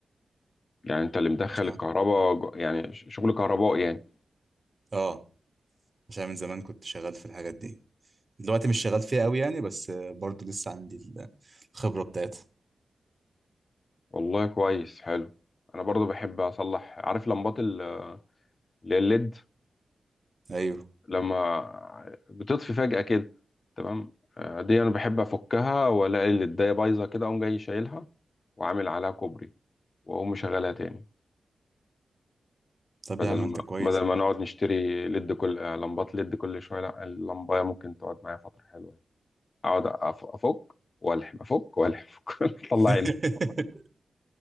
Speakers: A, on the left; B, on the right.
A: يعني انت اللي مدخل
B: عشان
A: الكهرباء جو- يعني ش- شغل كهرباء يعني
B: اه عشان من زمان كنت شغال في الحاجات دي دلوقتي مش شغال فيها قوي يعني بس آه، برضو لسه عندي الخبرة بتاعتها
A: والله كويس حلو انا برضو بحب اصلح عارف لمبات ال- اللي هي الليد
B: ايوه
A: لما بتطفي فجأة كده تمام آه، دي انا بحب افكها والاقي الليدايه بايظه كده اقوم جاي شايلها وعامل عليها كوبري واقوم مشغلها تاني
B: طب
A: بدل
B: يا عم
A: ما
B: انت كويس
A: بدل ما
B: لا
A: نقعد نشتري ليد كل آه، لمبات ليد كل شويه لا اللمبايه ممكن تقعد معايا فتره حلوه يعني اقعد أف- افك والحم افك والحم <laughs> اطلع
B: <laughs>